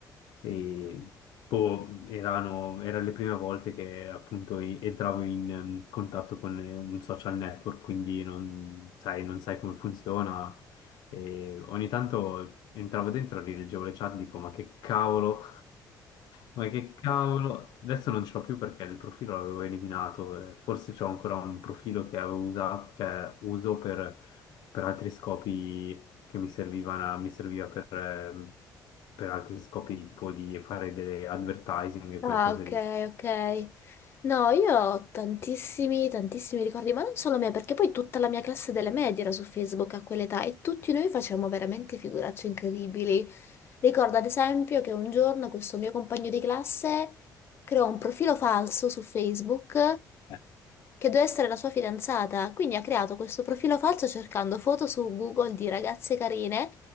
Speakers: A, on the left (about 70°); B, on the left (about 30°).
A: E boh, erano, erano le prime volte che appunto i- entravo in ehm, contatto con eh, un social network, quindi non sai, non sai come funziona. E ogni tanto entravo dentro, rileggevo le chat, dico ma che cavolo, ma che cavolo, adesso non ce l'ho più perché il profilo l'avevo eliminato, eh, forse c'ho ancora un profilo che avevo usato, che uso per, per altri scopi che mi servivano, mi serviva per, ehm, per altri scopi tipo di fare delle advertising e
B: Ah,
A: quelle cose
B: ok,
A: lì.
B: ok. No, io ho tantissimi, tantissimi ricordi, ma non solo me, perché poi tutta la mia classe delle medie era su Facebook a quell'età e tutti noi facevamo veramente figuracce incredibili. Ricordo ad esempio che un giorno questo mio compagno di classe creò un profilo falso su Facebook
A: Eh,
B: che doveva essere la sua fidanzata, quindi ha creato questo profilo falso cercando foto su Google di ragazze carine